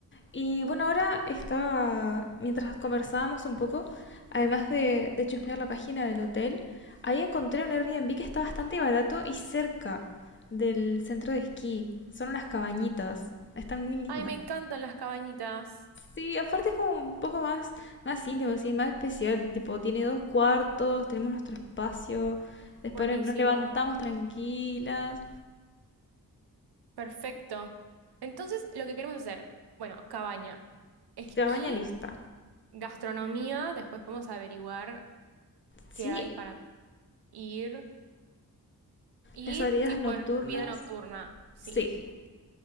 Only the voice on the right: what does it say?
Ay, me encantan las cabañitas.
Buenísimo.
Perfecto. Entonces, lo que queremos hacer, bueno, cabaña, esquí
Gastronomía, después podemos averiguar
qué hay para ir. Y
tipo
en vida nocturna, sí.